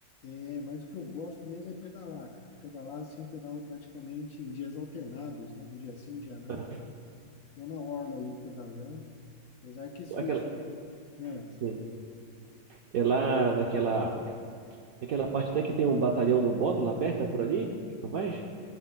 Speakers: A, on the left; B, on the right.
A: É, mas o que eu gosto mesmo é pedalar, cara. Pedalar assim, eu pedalo praticamente em dias alternados, né? Um dia sim, um dia não.
B: Aham.
A: Tô na orla ali pedalando. Apesar que esses últimos,
B: Aquela,
A: né?
B: sim. É lá naquela, naquela parte até que tem um batalhão do Bob lá perto, é por ali que tu vais?